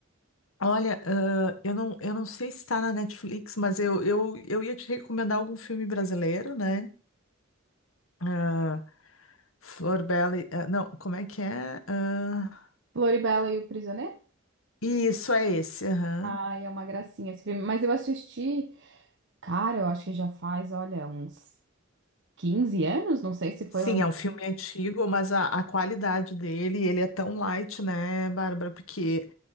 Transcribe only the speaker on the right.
Floribela e o Prisioneiro?
Ai, é uma gracinha esse filme. Mas eu assisti, cara, eu acho que já faz, olha, uns quinze anos, não sei se foi
lançado.